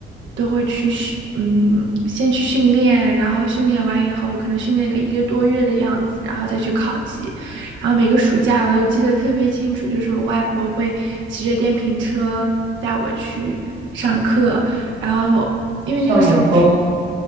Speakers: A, on the right; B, on the right.
A: 都会去训，嗯，先去训练，然后训练完以后，可能训练个一个多月的样子，然后再去考级。然后每个暑假我都记得特别清楚，就是我外婆会骑着电瓶车带我去上课，然后因为那个时候，
B: 《少年宫》